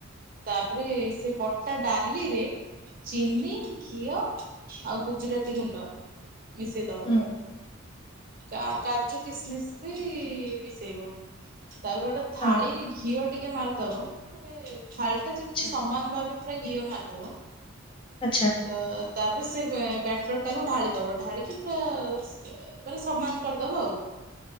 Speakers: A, on the right; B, on the left.
A: ତାପରେ ସେ ବଟା ଡ଼ାଲିରେ ଚିନି ଘିଅ ଆଉ ଗୁଜୁରାତି ଗୁଣ୍ଡ ମିଶେଇଦବ
B: ହୁଁ ହୁଁ
A: କା କାଜୁ କିସମିସ୍ ବି ମିଶେଇବ ତାପରେ ଗୋଟେ ଥାଳିରେ
B: ହଁ
A: ଘିଅ ଟିକେ ମାରିଦବ ମାନେ ଥାଳିଟା ଯେମିତି
B: ଆଛା
A: ସମାନ ଭାବେ ପୁରା ଘିଅ ମାରିଦବ।
B: ଆଛା
A: ତ ତାପରେ ସେ ବେ ବ୍ୟାଟର ଟାକୁ ଢ଼ାଳି ଦବ ଢ଼ାଳିକି ପୁରା ସ ମାନେ ସମାନ କରିଦବ ଆଉ।